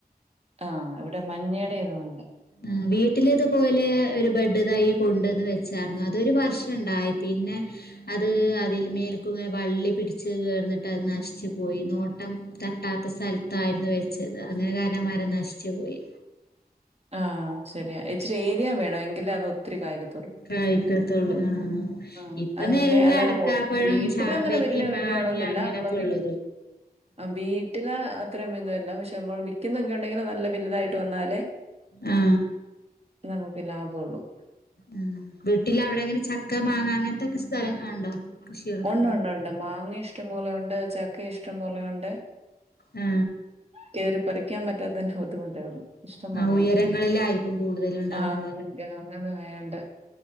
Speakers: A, on the right (about 40°); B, on the left (about 85°).
A: ആ ഇവിടെ മഞ്ഞേടെ ഇതും ഉണ്ട്
B: ആ വീട്ടില് ഇതുപോലെ ഒരു ബഡ് തൈ കൊണ്ടുവന്ന് വെച്ചായിരുന്നു അതൊരു വർഷം ഉണ്ടായി പിന്നെ അത് അതിൽ മേൽക്കുംങ്ങനെ വള്ളി പിടിച്ച് കിടന്നിട്ട് അത് നശിച്ചു പോയി നോട്ടം തട്ട വല്ലാത്ത സ്ഥലത്തായിരുന്നു വെച്ചത് അങ്ങനെ കാരണം മരം നശിച്ചു പോയി
A: ആ ശരിയാ ഇച്ചിരി ഏരിയ വേണം എങ്കിലേ അത് ഒത്തിരി കായിക്ക
B: കായിക്കത്തൊള്ള് ആ
A: ആഹ്
B: ഇപ്പ
A: അങ്ങനെ
B: നിലവില്
A: അല്ലാതെ
B: അടക്കാപ്പഴം
A: നമ്മ ഒത് വീട്ടിലങ്ങനെ
B: ചാമ്പക്കയും
A: വലിയ
B: മാങ്ങയും
A: വലിയ വടൊന്നുമില്ല.
B: അങ്ങനയൊക്കെ
A: നമ്മള് വി
B: ഉള്ളൂ
A: ആ വീട്ടില് അത്രയും <unintelligible> പക്ഷെ നമ്മള് വിക്കുന്നൊക്കെണ്ടെങ്കില് നല്ല വലുതായിട്ട് വന്നാലെ
B: ആ
A: നമുക്ക് ലാ <unintelligible>
B: ഉം വീട്ടിൽ അവിടെ അങ്ങനെ ചക്ക മാങ്ങ അങ്ങനത്തക്കെ സ്ഥലം ഉണ്ടോ കൃഷികളൊക്കെ
A: ഉണ്ട്
B: ഉണ്ടോ
A: ഉണ്ട് ഉണ്ട് മാങ്ങ ഇഷ്ടംപോലെ ഉണ്ട് ചക്ക ഇഷ്ടംപോലെയുണ്ട്
B: ആ
A: കേറി പറിക്കാൻ പറ്റാത്തേന്റെ ബുദ്ധിമുട്ടേയുള്ളു ഇഷ്ടം
B: ആ
A: പോലെണ്ട്
B: ഉയരങ്ങളിലായിരിക്കും കൂടുതൽ ഉണ്ടാവുന്നല്ലേ
A: ആ <unintelligible> ആയുണ്ട്